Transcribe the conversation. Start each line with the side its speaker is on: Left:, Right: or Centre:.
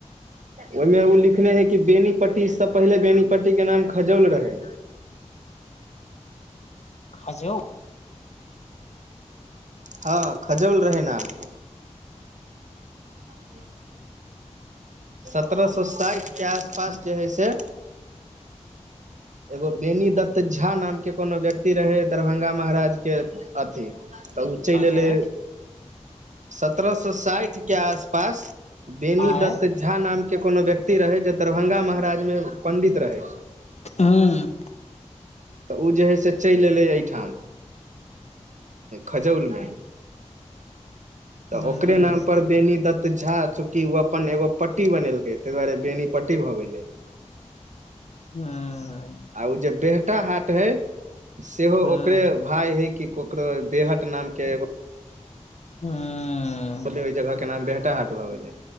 Right: ओहिमे ओ लिखने है कि बेनीपट्टी से पहिले बेनीपट्टी के नाम खजौल रहै
Left: खजौ
Right: हँ खजौल रहै नाम जी जी सत्रह सए साठ के आस पास जे हइ से एगो बेनी दत्त झा नाम के कोनो व्यक्ति रहे दरभंगा महाराज के अथी तऽ ओ चैल
Left: अरे
Right: एलै सत्रह सए साठ के आसपास बेनी
Left: आय
Right: दत्त झा नाम के कोनो व्यक्ति रहै जे दरभंगा महाराज मे पंडित रहै
Left: हूँ
Right: तऽ ओ जे है से चैल एलै एहिठाम खजौल मे तऽ
Left: हूं
Right: ओकरे नाम पर बेनी दत्त झा चूकि ओ अपन एगो पट्टी बनेलकये तहि दुआरे बेनी पट्टी भऽ गेलै
Left: ह
Right: आ ओ जे बेहटा हाट हइ। सेहो
Left: हूं
Right: ओकर नामे हइ कि ककरो बेहट नामके एगो।
Left: हूं
Right: बोलियैहि, जगहके नाम बेटा हाट भऽ गेलै।